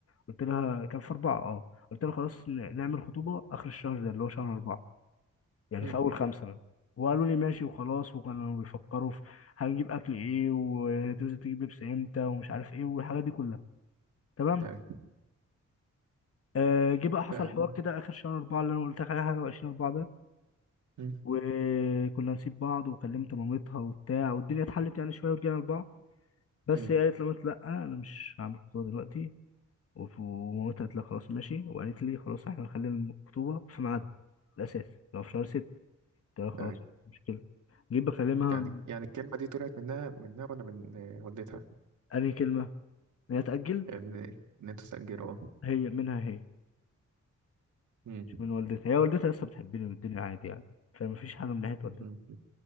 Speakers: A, on the left (about 50°); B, on the right (about 80°).
A: قلت لها كان في أربعة أه قلت لها خلاص ن- نعمل خطوبة آخر الشهر ده اللي هو شهر أربعة يعني
B: مم.
A: في أول خمسة بقى وقالوا لي ماشي وخلاص وكانوا بيفكروا في هنجيب أكل إيه وتنزل تجيب لبس إمتى ومش عارف إيه والحاجات دي كلها تمام
B: أيوة
A: آه، جه بقى حصل
B: آه.
A: حوار كده اخر شهر اربعه اللي انا قلت لك عليه حاجه وعشرين اربعه ده
B: مم.
A: وكنا نسيب بعض وكلمت مامتها وبتاع والدنيا اتحلت يعني شويه ورجعنا لبعض بس
B: مم.
A: هي قالت لمامتي لا انا مش هعمل خطوبه دلوقتي وف- ومامتها قالت لها خلاص ماشي وقالت لي خلاص احنا هنخلي الخطوبه في ميعادها الاساس لو في شهر ست قلت لها خلاص
B: أيوة
A: مش مشكله جيت بكلمها
B: يعني يعني الكلمة دي طلعت منها منها ولا من آه، والدتها
A: انهي كلمه هي تاجل
B: إن إن أنت تسجله أه
A: هي منها هي
B: مم.
A: مش من والدتها هي والدتها لسه بتحبني والدنيا عادي يعني فمفيش حاجه من ناحيه والدتها
B: مم.